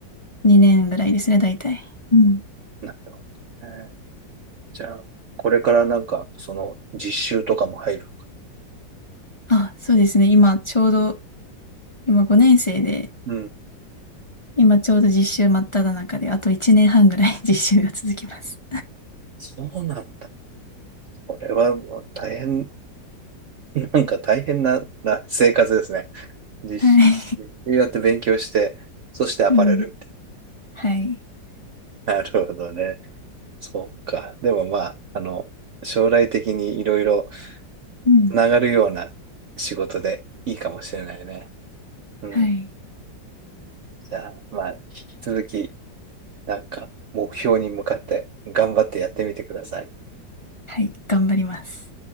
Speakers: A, on the left (about 20°); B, on the right (about 75°).
A: 2年ぐらいですね、大体。うん。
B: となるほどね。じゃあ、これからなんか、その、実習とかも入る。
A: あ、そうですね。今、ちょうど、今5年生で、
B: うん。
A: 今ちょうど実習真っ只中で、あと1年半ぐらい <laughs> 実習が続きます。
B: そうなんだ。これはもう大変、なんか大変な、な生活ですね。日誌日誌やって勉強して、
A: はい。
B: そしてアパレルみたい
A: <laughs> うん。はい。
B: な。なるほどね。そうか。でもまあ、あの、将来的にいろいろ
A: うん。
B: つながるような仕事でいいかもしれないね。うん。
A: はい。
B: じゃあ、まあ、引き続き、なんか目標に向かって頑張ってやってみてください。
A: はい。頑張ります。